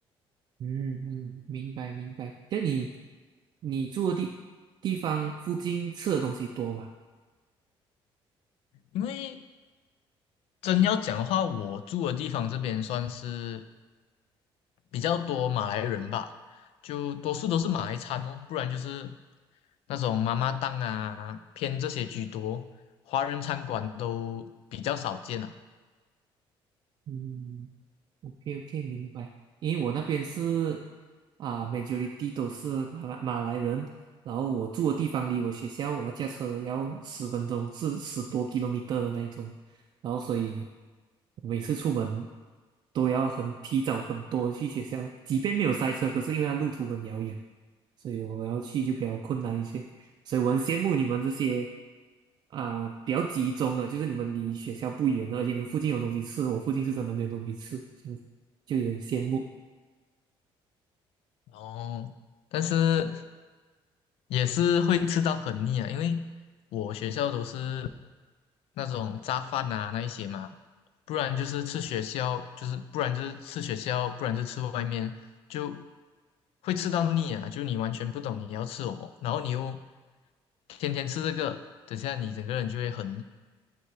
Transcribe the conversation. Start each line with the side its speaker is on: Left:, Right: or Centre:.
Right: 嗯嗯，明白明白。那你你住的地地方附近吃的东西多吗？
Left: 因为真要讲的话，我住的地方这边算是比较多马来人吧，就多数都是马来餐哦，不然就是那种妈妈档啊，偏这些居多，华人餐馆都比较少见啊。
Right: 嗯。OK OK，明白。因为我那边是啊，majority 都是马来马来人，然后我住的地方离我学校，我要驾车要十分钟，是十多 kilometer 的那一种，然后所以每次出门都要很提早很多去学校，即便没有塞车，可是因为它路途很遥远，所以我要去就比较困难一些。所以我很羡慕你们这些啊、比较集中的，就是你们离学校不远的，而且你们附近有东西吃，我附近是真的没有东西吃，这样子就有点羡慕。
Left: 然后，但是也是会吃到很腻啊，因为我学校都是那种炸饭啊那一些嘛，不然就是吃学校，就是不然就是吃学校，不然就吃外面，就会吃到腻啊！就你完全不懂你要吃什么，然后你又天天吃这个，等下你整个人就会很